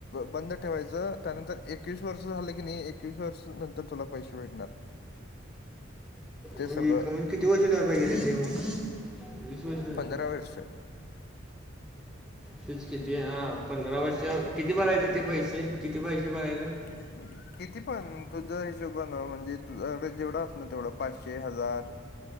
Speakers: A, on the left; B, in the centre.
A: बंद ठेवायचं त्यानंतर एकवीस वर्ष झालं की नाही एकवीस वर्ष नंतर तुला पैसे भेटणार. ते
B: म्हणजे
A: सगळं
B: किती वर्ष ते मग वीस वर्ष झाली
A: पंधरा वर्ष
B: फीज किती हा पंधरा वर्ष किती भरायचं ते पैसे किती पैसे भरायच.
A: <unintelligible> किती पण तुझ हिशोबन म्हणजे तुझ्याकड जेवढं असल ना तेवढं पाचशे हजार